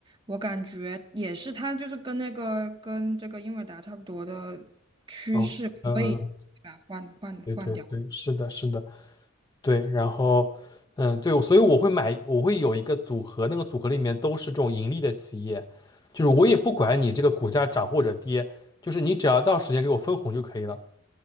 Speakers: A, on the right; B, on the left.
A: 我感觉也是它就是跟那个跟这个英伟达差不多的趋势，
B: 哦，嗯嗯。
A: 我也把它换换换掉。
B: 对对对，是的，是的，对，然后，嗯，对，所以我会买，我会有一个组合，那个组合里面都是这种盈利的企业，就是我也不管你这个股价涨或者跌，就是你只要到时间给我分红就可以了。